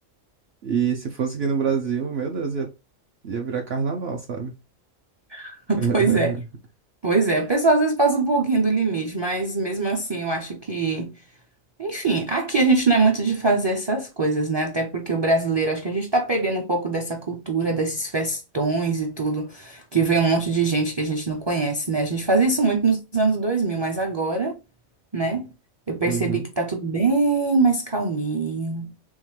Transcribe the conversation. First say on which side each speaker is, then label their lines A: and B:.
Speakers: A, on the right; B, on the right.
A: E se fosse aqui no Brasil, meu Deus, ia, ia virar carnaval, sabe?
B: <laughs>
A: <laughs>
B: pois é, pois é. O pessoal às vezes passa um pouquinho do limite, mas mesmo assim eu acho que. Enfim, aqui a gente não é muito de fazer essas coisas, né? Até porque o brasileiro, acho que a gente tá perdendo um pouco dessa cultura, desses festões e tudo, que vem um monte de gente que a gente não conhece, né? A gente fazia isso muito nos anos 2000 mas agora, né? Eu percebi
A: Uhum.
B: que tá tudo bem mais calminho.